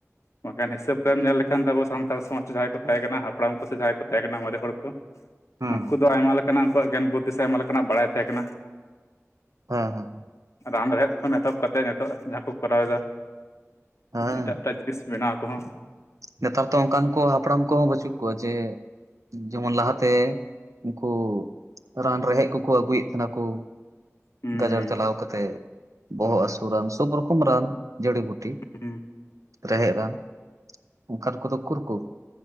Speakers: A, on the left; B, on the right.
A: ᱵᱟᱝᱠᱷᱟᱱ ᱦᱤᱥᱟᱹᱵ ᱨᱮᱢ ᱧᱮᱞ ᱠᱷᱟᱱ ᱫᱚ ᱟᱵᱚ ᱥᱟᱱᱛᱟᱲ ᱥᱚᱢᱟᱡᱽ ᱨᱮ ᱡᱟᱦᱟᱸᱭ ᱠᱚ ᱛᱟᱦᱮᱸ ᱠᱟᱱᱟ ᱦᱟᱯᱲᱟᱢ ᱠᱚ ᱥᱮ ᱡᱟᱦᱟᱸᱭ ᱠᱚ ᱛᱟᱦᱮᱸ ᱠᱟᱱᱟ ᱢᱟᱨᱮ ᱦᱚᱲ ᱠᱚ
B: ᱦᱮᱸ
A: ᱩᱱᱠᱩ ᱫᱚ ᱟᱭᱢᱟ ᱞᱮᱠᱟᱱᱟᱜ ᱩᱱᱠᱩᱣᱟᱜ ᱜᱮᱭᱟᱱ ᱵᱩᱫᱽᱫᱷᱤ ᱥᱮ ᱟᱭᱢᱟ ᱞᱮᱠᱟᱱᱟᱜ ᱵᱟᱲᱟᱭ ᱛᱟᱦᱮᱸ ᱠᱟᱱᱟ
B: ᱦᱚᱸ ᱦᱚᱸ
A: ᱨᱟᱱ ᱨᱮᱦᱮᱫ ᱠᱷᱚᱱ ᱮᱛᱚᱦᱚᱵ ᱠᱟᱛᱮᱫ ᱱᱤᱛᱚᱜ ᱡᱟᱦᱟᱸ ᱠᱚ ᱠᱚᱨᱟᱣ ᱮᱫᱟ
B: ᱦᱮᱸ
A: ᱮᱴᱟᱜ ᱮᱴᱟᱜ ᱛᱤᱥ ᱵᱮᱱᱟᱣ ᱠᱚᱦᱚᱸ
B: ᱱᱮᱛᱟᱨ ᱫᱚ ᱚᱱᱠᱟᱱ ᱠᱚ ᱦᱟᱯᱲᱟᱢ ᱠᱚᱦᱚᱸ ᱵᱟᱹᱪᱩᱜ ᱠᱚᱣᱟ ᱡᱮ ᱡᱮᱢᱚᱱ ᱞᱟᱦᱟᱛᱮ ᱩᱱᱠᱩ ᱨᱟᱱ ᱨᱮᱦᱮᱫ ᱠᱚᱠᱚ ᱟᱹᱜᱩᱭᱮᱜ ᱠᱟᱱᱟ ᱠᱚ
A: ᱦᱩᱸ
B: ᱜᱟᱡᱟᱲ
A: ᱦᱩᱸ
B: ᱪᱟᱞᱟᱣ ᱠᱟᱛᱮᱫ ᱵᱚᱦᱚᱜ ᱦᱟᱹᱥᱩ ᱨᱟᱱ ᱥᱚᱵ ᱨᱚᱠᱚᱢ ᱨᱟᱱ ᱡᱟᱹᱲᱤ ᱵᱩᱴ
A: ᱦᱩᱸ
B: ᱨᱮᱦᱮᱫᱼᱟ ᱚᱱᱠᱟᱱ ᱠᱚᱫᱚ ᱩᱠᱩᱨ ᱠᱚ